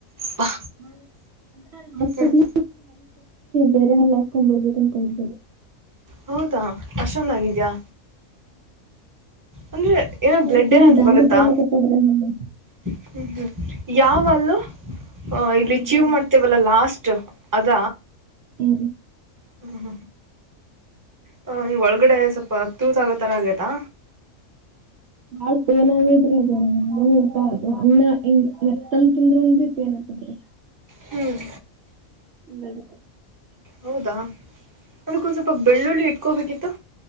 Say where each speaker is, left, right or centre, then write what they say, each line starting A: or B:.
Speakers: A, on the right; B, on the right.
A: ಬಾ
B: <unintelligible>
A: ಹ್ಮ್
B: ನೀ ಬೇರೆ ಹಲ್ಲ ಹಾಕೊಂಡ್ ಬರ್ಬೇಕು ಅನ್ಕೊಂಡ
A: ಹೌದಾ ಅಷ್ಟಂದ ಆಗಿದ್ಯಾ ಅಂದ್ರೆ ಏನಾದ್
B: ಅದು
A: ಬ್ಲಡ್
B: ಫುಲ್
A: ಏನಾದ್ರು
B: ಡ್ಯಾಮೇಜ್
A: ಬರುತ್ತಾ
B: ಎಲ್ಲ ಕತ್ತದ್ರಿ ಹಲ್ಲು
A: <unintelligible> ಯಾವಲ್ಲೂ ಇಲ್ಲಿ
B: ದೌಡೆ
A: ಅಚೀವ್
B: ಅಲ್ರಿ
A: ಮಾಡ್ತೇವಲ್ಲ ಲಾಸ್ಟ್ ಅದ.
B: ಹು ರೀ
A: <unintelligible> ಹ ಈಗ ಒಳಗಡೆ ಸ್ವಲ್ಪ ತೂತ್ ಆಗೋತರ ಆಗೇತಾ.
B: ಬಾಳ ಪೇನ್ ಆಗದ್ರ ಅದ ನ ಇಟಾ ಅದು ಅಣ್ಣ ಹಿಂಗ್ ಮೆತ್ತನ್ ತಿಂದ್ೂನ್ ಪೇನ್ ಆತದ್ರಿ
A: ಹ್ಮ್
B: <unintelligible>
A: ಹೌದಾ ಅದಕ್ಕ ಸ್ವಲ್ಪ ಬೆಳ್ಳುಳ್ಳಿ ಇಟ್ಕೋಬೇಕಿತ್ತು.